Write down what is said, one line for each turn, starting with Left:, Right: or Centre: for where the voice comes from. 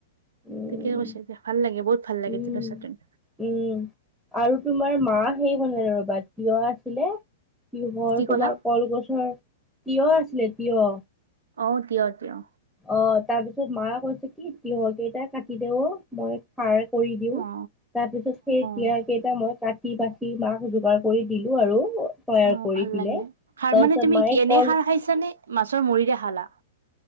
Centre: উম,
Right: ঠিকে কৈছে, এতিয়া ভাল লাগে বহুত ভাল লাগে
Centre: উম,
Right: তিলৰ চাটনি।
Centre: উম। আৰু তোমাৰ মা সেই বনাল ৰ' বা তিয়হ আছিলে তিহৰ
Right: কি
Centre: তোমাৰ
Right: ক'লা
Centre: কলগছৰ তিয়হ আছিলে তিয়হ।
Right: অ', তিয়হ, তিয়হ।
Centre: অ', তাৰপিছত মা কৈছে কি তিহৰ কেইটা কাটি দে অ', মই ফাৰ কৰি দিওঁ
Right: অ
Centre: তাৰপিছ সেই <unintelligible>
Right: অ
Centre: কেইটা মই কাট বাচি বাচি মাক যোগাৰ কৰি দিলোঁ আৰু। তৈয়াৰ
Right: অ',
Centre: কৰি
Right: ভাল
Centre: পিনে।
Right: লাগে সাৰ
Centre: তাৰপিছত
Right: মানে তুমি
Centre: মায়ে
Right: এনে
Centre: কল
Right: সাৰ খাইছানে? মাছৰ মূৰিৰে খালা।